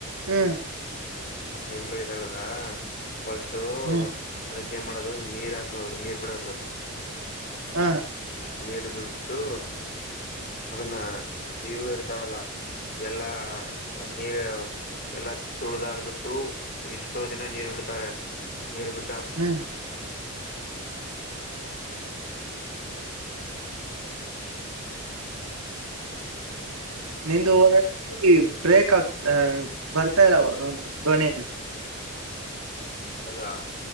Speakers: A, on the right; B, on the left.
A: ಹ್ಮ್
B: ಮತ್ ನಿಮ್ ಬೆಳಿ ತೆಗೆದ್ರಾ ಫಸ್ಟೂ
A: ಹ್ಮ್
B: ಅದಕ್ ಏನ್ ಮಾಡೋದು ನೀರ್ ಹಾಕದು ನೀರ್ ಬಿಡೋದು
A: ಹಾ
B: ನೀರ್ ಬಿಟ್ಟು ಅದನ್ನ ಇವು ಇರ್ತಾವಲ್ಲ ಎಲ್ಲಾ ನೀರು ಎಲ್ಲಾ ತುಳ್ದಾಡ್ಬಿಟ್ಟು ಎಷ್ಟೋ ದಿನ ನೀರ್ ಬಿಡ್ತಾರೆ ನೀರ್ ಬಿಟ್ಟಾ
A: ಹ್ಮ್ ನಿಂದು ಒಂದ ರತಿ ಬ್ರೇಕ್ ಆಗ್ತ ಬರ್ತಾ ಇಲ್ಲ ಧ್ವನಿ
B: ಹೌದಾ